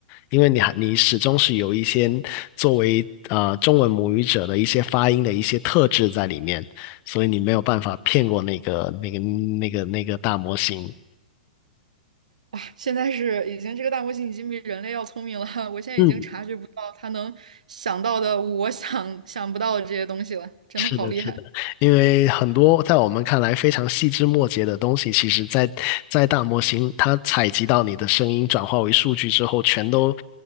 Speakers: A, on the left; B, on the right.
A: 因为你还你始终是有一些作为呃中文母语者的一些发音的一些特质在里面。所以你没有办法骗过那个那个那个那个大模型。
B: 哇，现在是已经这个大模型已经比人类要聪明了，<laughs> 我现在已经察觉不到它能想到的我想想不到的这些东西了，
A: 嗯，
B: 真的好厉害。
A: 是的，是的，因为很多在我们看来非常细枝末节的东西，其实在在大模型它采集到你的声音转化为数据之后，全都